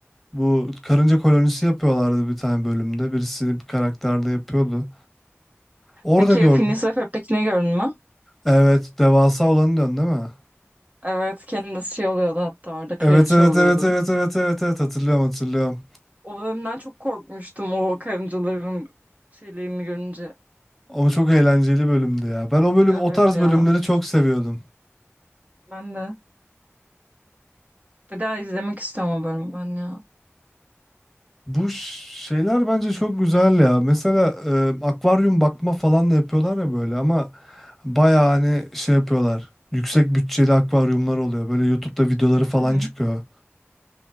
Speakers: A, in the centre; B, on the right (about 35°).
A: Bu karınca kolonisi yapıyorlardı bir tane bölümde. Birisi bir karakterde yapıyordu. Orada
B: Peki
A: gördüm.
B: Phineas ve Ferb'tekini gördün mü?
A: Evet, devasa olanı diyorsun değil mi?
B: Evet kendisi şey oluyordu hatta orada kraliçe
A: Evet, evet,
B: oluyordu.
A: evet, evet, evet, evet, evet hatırlıyorum, hatırlıyorum.
B: O bölümden çok korkmuştum o karıncaların şeylerini görünce.
A: Ama çok eğlenceli bölümdü ya. Ben o bölüm,
B: Evet
A: o tarz
B: ya
A: bölümleri çok seviyordum.
B: ben de. Bir daha izlemek istiyorum o bölümü ben ya.
A: Bu ş- şeyler bence çok güzel ya. Mesela e, akvaryum bakma falan da yapıyorlar ya böyle ama bayağı hani şey yapıyorlar. Yüksek bütçeli akvaryumlar oluyor. Böyle YouTube'da videoları falan
B: Hı hı.
A: çıkıyor.